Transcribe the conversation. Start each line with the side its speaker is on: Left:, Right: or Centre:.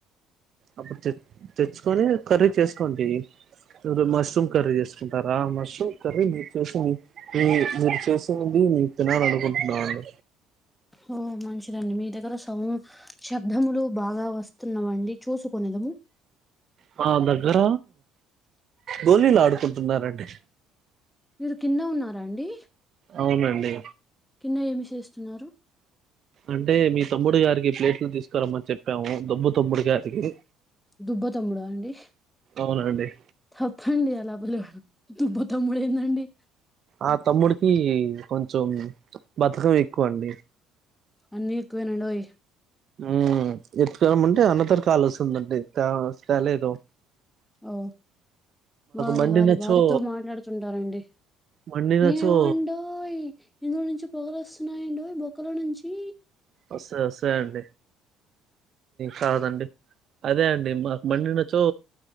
Right: అప్పుడు తె తెచ్చుకొని కర్రీ చేస్కోండి మీరు మష్రూమ్ కర్రీ చేసుకుంటారా మష్రూమ్ కర్రీ మీరు చేసింది మీ మీరు చేసింది నేను తినాలనుకుంట్ న్నాను
Centre: ఓ మంచిదండి మీ దగ్గర సౌ శబ్దములు బాగా వస్తున్నావండి చూసుకోనేదము
Right: నా దగ్గర గోళీలాడుకుంటున్నారండి
Centre: మీరు కింద ఉన్నారా అండి
Right: అవునండి
Centre: కింద ఏమి చేస్తున్నారు
Right: అంటే మీ తమ్ముడు గారికి ప్లేట్లు తీసుకురమ్మని చెప్పాము దబ్బు తమ్ముడు గారికి
Centre: దుబ్బ తమ్ముడాఅండి
Right: అవునండి
Centre: తప్పండి అలా పిలవడం దుబ్బ తమ్ముడేందండి
Right: ఆ తమ్ముడికి కొంచెం బతకడం ఎక్కువండి
Centre: అన్నీ ఎక్కువేనండోయ్
Right: ఊ ఇద్దరం ఉంటే అన్నదర కాల్సుందండి ఇట్ట తెలేదు
Centre: ఓ వారి
Right: మండినచో
Centre: వారి వారితో మాట్లాడుతుంటారండి
Right: మండినచో
Centre: ఏవండు ఓయ్ ఇందులో నుంచి పొగలు వస్తున్నాయండోయ్ బొక్కలో నుంచి
Right: వస్తాయి వస్తాయి అండి కాదండి అదే అండి మాకు మండినచో